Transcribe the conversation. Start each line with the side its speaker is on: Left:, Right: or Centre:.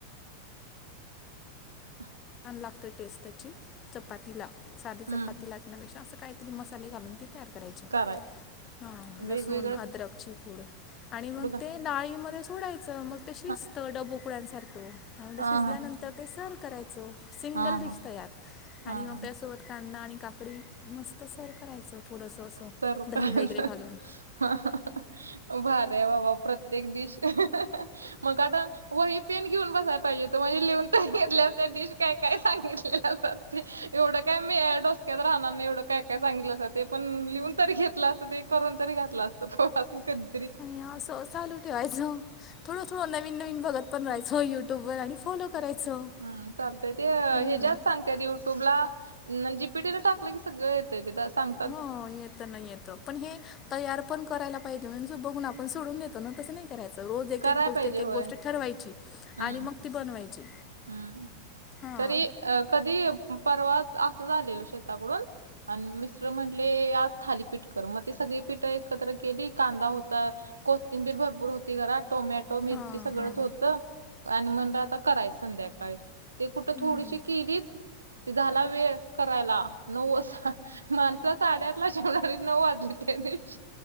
Right: हं.
Left: छान लागत टेस्ट त्याची, चपाती ला साधी
Right: हम्म
Left: चपाती लाटण्या पे असं काहीतरी मसाले घालून ते तयार. करायची
Right: करायचं
Left: अं..
Right: वेगवेगळं
Left: लसूण अदरकची पूढ़ आणि मग
Right: कुठं
Left: ते. डाळीमध्ये सोडायचं मग, ते शीचत
Right: हा
Left: डबोकुड्यांसारखी. आणि ते
Right: हा
Left: शिजल्यानंतर ते सर्व करायचं, सिंगल
Right: हा
Left: डिश
Right: हा
Left: तयार
Right: हा
Left: आणि मग त्यासोबत. कांदा आणि काकडी मस्त सर करायचं. थोडंसं
Right: <unintelligible>
Left: असं दही वगैरे घालून
Right: हां... भारी आहे बाबा प्रत्येक, डिश मग आता. वही पेन घेऊन बसायला पाहिजे होतं, म्हणजे लिहून त घेतल्या त्या डिश काय काय सांगितलेल्या ते. एवढं काय मी डोसक्यात राहणार नाही, एवढं काय काय सांगितलासा ते. पण लिहून तरी घेतलं असत, ते करून तरी घातलं असतं पोरासनी कधी
Left: आणि असं चालू ठेवायचं. थोडं थोड नवीन नवीनपण बघत पण, राहायचं होय यूट्यूब आणि फोलो. करायचं.
Right: हम. चालतय ते
Left: हम्म.
Right: ह ज्यात सांगतय युट्यूबला, जीपीटी ला टाकलं की सगळ‌ येत. ते एकदा साग.
Left: हों. येत न, येत पण हे. तयार पण करायला पाहिजे, म्हण बघून आपण सोडून देतो ना तसं नाही. करायचं रोज एक
Right: कराय
Left: एक गोष्ट
Right: पाहिजे
Left: एक
Right: होय
Left: एक गोष्ट ठरवायची,
Right: हम्म
Left: आणि मग ती बनवायची.
Right: हम्म
Left: हां
Right: तरी अ कधी, परवा असं झालेल शेताकडून. आणि मिस्टर म्हटले आज थालीपीठ कर, मग ते सगळी पीठ एकत्र केली कांदा होता. कोथिंबीर भरपूर होती घरात टोमॅटो मिरची
Left: हां
Right: सगळंच
Left: हां
Right: होतं आणि म्हणलं आता कराय संध्याकाळी ते कुठे,
Left: हं.
Right: थोडीशी केलीत. ते झाला वेळ करायला, नऊ वाजता. माणसं साडेआठ ला जेवणारी, नऊ वाजली त्या दिवशी